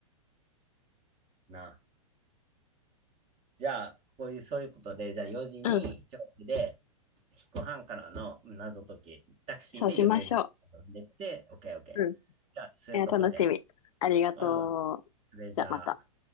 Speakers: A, on the right; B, on the left.
A: な。じゃあ、こういう、そういうことで、じゃあ4時に、
B: うん、
A: チョークで、彦半からの謎解き、タクシーで読売読んでって、
B: そうしましょ
A: オッケーオッケー。
B: う。うん。い
A: じゃあ、そういうことで。
B: や、楽しみ。ありがとう。
A: うん。それじゃあ。
B: じゃあ、また。